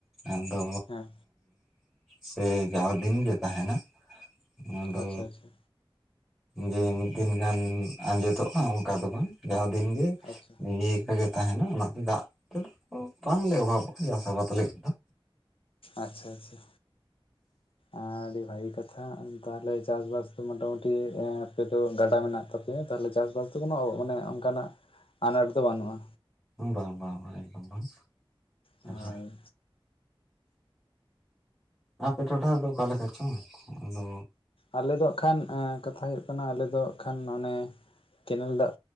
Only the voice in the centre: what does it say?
ᱟᱫᱚ
ᱥᱮ ᱡᱟᱣ ᱫᱤᱱ ᱜᱮ ᱛᱟᱦᱮᱱᱟ ᱚᱱᱟ ᱫᱚ
ᱡᱮ ᱢᱤᱫ ᱫᱤᱱ ᱜᱟᱱ ᱟᱸᱡᱮᱫᱚᱜᱼᱟ, ᱚᱱᱠᱟ ᱫᱚ ᱵᱟᱝ ᱡᱟᱣ ᱫᱤᱱᱜᱮ
ᱞᱤᱸᱜᱤᱭᱟᱠᱟ ᱜᱮ ᱛᱟᱦᱮᱱᱟ ᱚᱱᱟᱛᱮ ᱫᱟᱜ ᱛᱮᱫᱚ ᱵᱟᱝᱞᱮ ᱚᱵᱷᱟᱵᱚᱜᱼᱟ, ᱪᱟᱥ ᱟᱵᱟᱫ ᱞᱟᱹᱜᱤᱫ ᱫᱚ
ᱵᱟᱝ ᱵᱟᱝ ᱵᱟᱝ ᱮᱠᱫᱚᱢ ᱵᱟᱝ
ᱟᱨ ᱟᱯᱮ ᱴᱚᱴᱷᱟ ᱨᱮᱫᱚ ᱚᱠᱟ ᱞᱮᱠᱟ ᱪᱚᱝ ᱟᱫᱚ